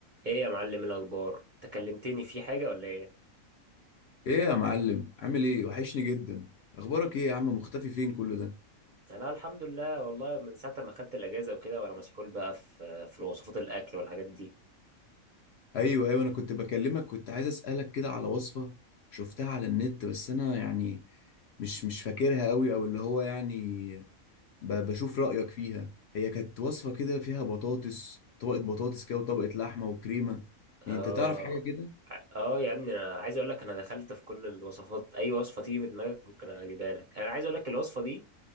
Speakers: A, on the right; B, on the left.
A: ايه يا معلم الاخبار تكلمتني في حاجه ولا ايه
B: ايه يا معلم عامل ايه وحشني جدا اخبارك ايه يا عم مختفي فين كل ده
A: انا الحمد لله والله من ساعه ما خدت الاجازه وكده وانا مسحول بقى في في وصفات الاكل والحاجات دي
B: ايوه ايوه انا كنت بكلمك كنت عايز اسالك كده على وصفه شفتها على النت بس انا يعني مش مش فاكرها قوي او اللي هو يعني ب- بشوف رايك فيها هي كانت وصفه كده فيها بطاطس طبقه بطاطس كده وطبقه لحمه وكريمه يعني
A: اه
B: انت تعرف حاجه كده
A: اه يا ابني انا عايز اقول لك انا دخلت في كل الوصفات اي وصفه تيجي في دماغك ممكن اجيبها لك انا عايز اقول لك الوصفه دي